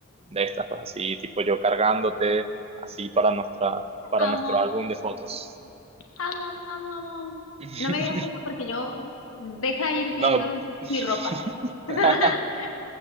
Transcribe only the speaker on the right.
de estas, pues así, tipo yo cargándote, así para nuestra, para
nuestro álbum de fotos.
<laughs>
No.
<laughs>